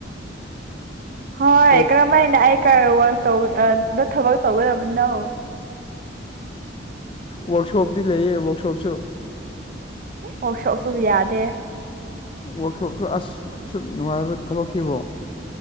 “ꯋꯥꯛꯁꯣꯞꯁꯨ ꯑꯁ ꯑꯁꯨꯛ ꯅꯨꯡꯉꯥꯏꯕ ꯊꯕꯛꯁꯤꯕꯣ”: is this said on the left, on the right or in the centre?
Left